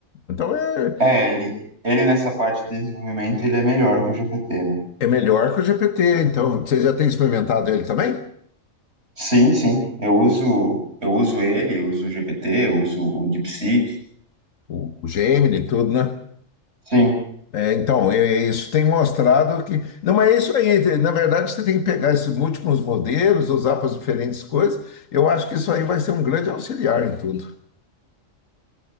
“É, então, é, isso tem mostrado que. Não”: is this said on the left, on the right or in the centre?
Left